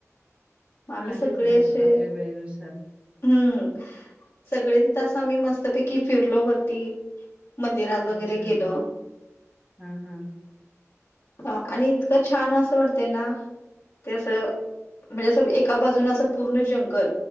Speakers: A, on the left; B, on the right.
A: मग आम्ही
B: हा
A: सगळे
B: तेच ना,
A: असे
B: आपल्या वेळेनुसार.
A: हम्म, सगळे तिथं असं आम्ही मस्तपैकी फिरलो वरती मंदिरा वगैरे
B: अच्छा.
A: गेलो.
B: हां, हां.
A: अ, आणि इतकं छान असं वाटतय ना. ते असं, म्हणजे असं एका बाजूनं असं पूर्ण जंगल